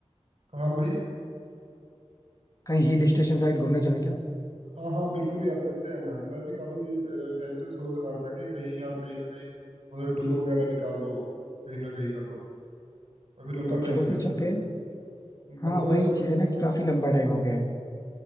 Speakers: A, on the right (about 60°); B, on the left (about 30°).
A: हाँ भाई
B: कहीं हिल स्टेशन साइड घूमने चले क्या
A: हाँ हाँ बिल्कुल यार चलते हैं ना मैं भी काफी टाइम से सोच रहा था कि कहीं यार कहीं ना कहीं मतलब टूर वगैरह निकाल लो कहीं ना कहीं का तो अभी लंबा
B: तो
A: टाइम
B: चलो
A: हो
B: फिर
A: गया
B: चलते
A: है हमें
B: हैं हाँ
A: बताओ
B: वही
A: यार कब
B: चीज है ना कि काफी लंबा टाइम हो गया है